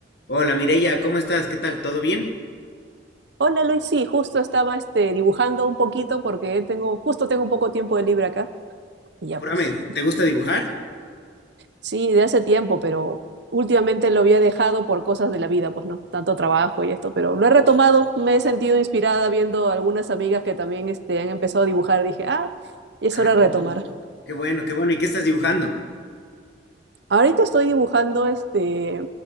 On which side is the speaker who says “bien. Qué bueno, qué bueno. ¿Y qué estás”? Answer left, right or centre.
Left